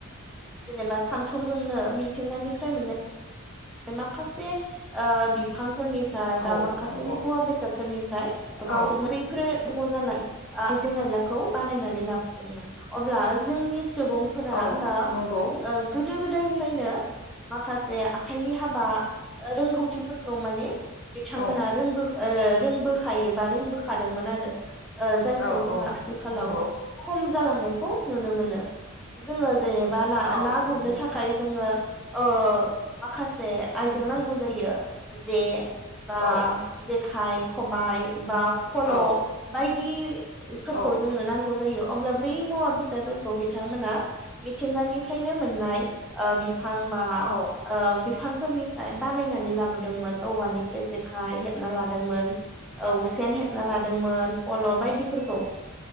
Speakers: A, in the centre; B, on the left (about 70°).
A: जेनेबा सान्थौजोंनो मिथिंगानिफ्राय मोननाय माखासे बिफां फोरनिफ्राय बा
B: औ
A: माखासे
B: नंगौ
A: मुवा बेसादफोरनिफ्राय गावसोरनो
B: औ
A: बैफोर नांगौ जानाय आइजें आयलाखौ बानायनानै लाबोदोंमोन अब्ला जोंनि सुबुंफोरा
B: औ
A: बा
B: नंगौ
A: गोदो गोदायनिफ्रायनो माखासे आखाइनि हाबा रोंगौथिफोरखौ माने बिथांमोना
B: औ
A: रोंबो रोंबोखायो बा रोंबोखादोंमोन आरो जायखौ
B: औ
A: जोङो
B: औ
A: आथिखालाव
B: नंगौ
A: खम जालांनायखौ नुनो मोनो जोङो जेनेबा ना-ना
B: औ औ
A: गुरनो
B: नंगौ
A: थाखाय जोङो अ माखासे आइजें नांगौ जायो जे बा
B: औ
A: जेखाय खबाइ बा फल'
B: औ
A: बायदि बि फोरखौ
B: औ
A: जोंनो नांगौ जायो अब्ला बै मुवा बेस सादफोरखौ बिथांमोना मिथिंगानिफ्रायनो मोननाय ओ बि फां बा
B: औ
A: बिफांफोरनिफ्राय बानायनानै लाबोदोंमोन औवानिफ्राय जे खाय हेबना लादोंमोन औ सेन हेबना लादोंमोन फल' बायदि फोरखौ